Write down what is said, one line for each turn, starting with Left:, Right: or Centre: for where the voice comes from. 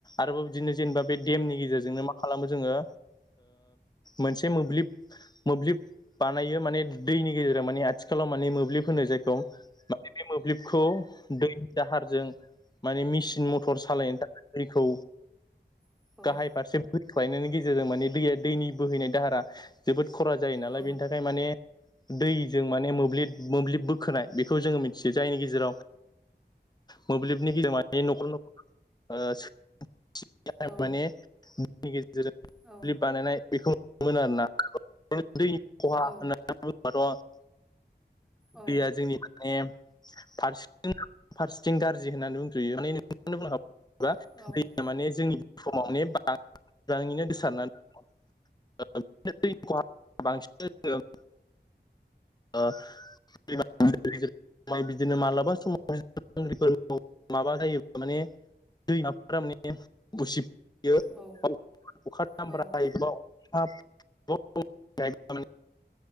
Left: आरोबाव बिदिनो जेनेबा बे देमनि गेजेरजों नो मा खालामो जोङो मोनसे मोब्लिब मोब्लिब बानायो माने दैनि गेजेरजों मानि आखाथिखालाव माने मोब्लिब होनो जायखौ माने बे मोब्लिबखौ दैनि दाहारजों माने मेसिन मथर सालायनो थाखाय दैखौ
Centre: औ औ
Left: गाहाय
Centre: औ
Left: फारसे बोहैख्लायनायनि गेजेरजों माने दैया दैनि बोहैनाय दाहारा जोबोद खरा जायो नालाय
Centre: औ
Left: बेनि थाखाय थाखाय माने दैजों माने मोब्लिब मोब्लिब बोखोनाय बेखौ जोङो मिथियो जायनि गेजेराव मोब्लिबनि <unintelligible> मानि नखर नखर ओ
Centre: औ
Left: <unintelligible> माने <unintelligible> नि गेजेरजों
Centre: औ
Left: बानायनाय बेखौ नुनो मोनो आरोना दैनि खहा
Centre: औ
Left: होननानै बुङोबाथ'
Centre: औ
Left: दैया जोंनि माने फारसेथिं फारसेथिं गारजि होननानै उनदुयो माने <unintelligible>
Centre: औ
Left: दैया माने जोंनि समाव माने बां <unintelligible> गोसारनानै दं <unintelligible> ओ <unintelligible> बिदिनो मालाबा समाव <unintelligible> माने दैमाफोरा माने <unintelligible>
Centre: औ
Left: अखा दामब्रा
Centre: औ औ
Left: हायो <unintelligible>